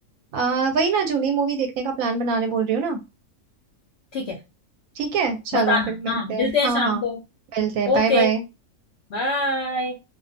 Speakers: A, on the right; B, on the left.
A: आ, वही ना जूनी मूवी देखने का प्लान बनाने बोल रही हूँ ना
B: ठीक है
A: ठीक है चलो
B: बताना
A: फिर मिलते
B: हाँ मिलते
A: हैं
B: हैं
A: हाँ
B: शाम
A: हाँ
B: को
A: मिलते हैं बाय
B: Okay
A: बाय
B: bye